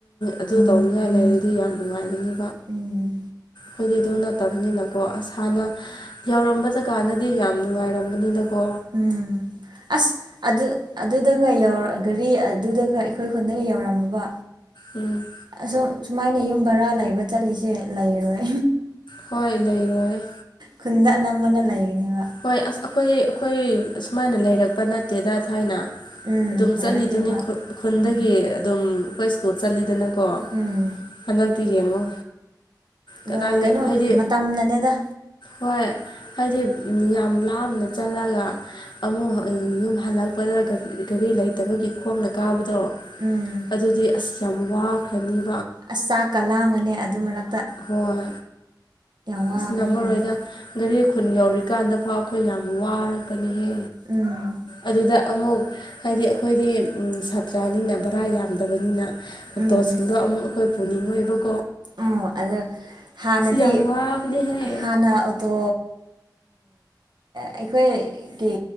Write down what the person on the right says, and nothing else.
ꯎꯝ
ꯎꯝ ꯑꯁ ꯑꯗꯨ ꯑꯗꯨꯗꯒ ꯌꯧ ꯒꯥꯔꯤ ꯑꯗꯨꯗꯒ ꯑꯩꯈꯣꯏ ꯈꯨꯟꯗꯒ ꯌꯧꯔꯝꯃꯕ
ꯑꯁꯨꯝ ꯁꯨꯃꯥꯏꯅ ꯌꯨꯝ ꯕꯔꯥ ꯂꯩꯕ ꯆꯠꯂꯤꯁꯦ ꯂꯩꯔꯣꯏ
ꯈꯨꯟꯗ ꯑꯅꯝꯕꯅ ꯂꯩꯒꯅꯤ
ꯎꯝ
ꯂꯩꯔꯛꯇꯦꯕ
ꯎꯝ
ꯎꯝ
ꯂꯣꯏ ꯀꯩꯅꯣ
ꯃꯇꯝꯅꯅꯦꯗ
<inaudible>
ꯎꯝ
ꯑꯁꯥ ꯀꯂꯥ ꯑꯃꯅꯦ ꯑꯗꯨ ꯃꯔ
ꯋꯥꯕꯅꯤꯅꯦ
ꯎꯝ
ꯎꯝ
ꯑꯣ ꯑꯗꯨ ꯍꯥꯟꯅꯗꯤ
ꯍꯥꯟꯅ ꯑꯣꯇꯣ ꯑꯩꯈꯣꯏꯒꯤ